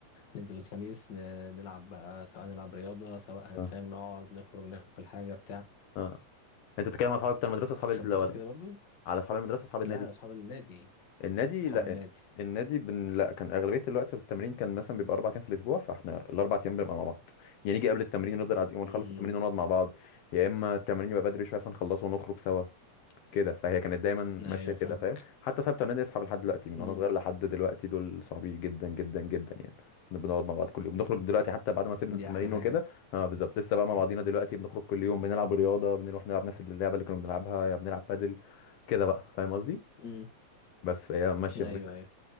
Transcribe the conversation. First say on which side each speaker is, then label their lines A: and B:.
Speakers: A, on the left; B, on the left.
A: ننزل الخميس ن- نلعب بقى سواء نلعب رياضة سواء هنفهم
B: آه
A: نقعد نخرج ناكل حاجة بتاع
B: آه أنت بتتكلم على أصحابك بتاع المدرسة أصحاب
A: فانت
B: ال- ولا
A: كنت كده برضو
B: على أصحاب المدرسة أصحاب النادي؟
A: لا لا، اصحاب النادي
B: النادي
A: اصحاب
B: لا
A: النادي
B: النادي بن... لا كان اغلبيه الوقت التمرين كان مثلا بيبقى اربع ايام في الاسبوع فاحنا الاربع ايام بنبقى مع بعض يعني نيجي قبل التمرين نفضل قاعدين ونخلص
A: امم
B: التمرين ونقعد مع بعض يا اما التمرين يبقى بدري شويه فنخلصه ونخرج سوا كده فهي كانت دايما
A: ايوه
B: ماشيه كده
A: فاهمك
B: فاهم حتى صاحبت النادي اصحاب لحد دلوقتي من
A: امم
B: وانا صغير لحد دلوقتي دول صحابي جدا جدا جدا يعني بنقعد مع بعض كل يوم بنخرج دلوقتي حتى بعد ما سيبنا
A: دي
B: التمارين
A: احلى حاجة
B: وكده اه بالظبط لسه بقى مع بعضينا دلوقتي بنخرج كل يوم بنلعب رياضه بنروح نلعب نفس اللعبه اللي كنا بنلعبها يا بنلعب بادل كده بقى فاهم قصدي
A: امم
B: بس فهي ماشيه
A: ايوه ايوه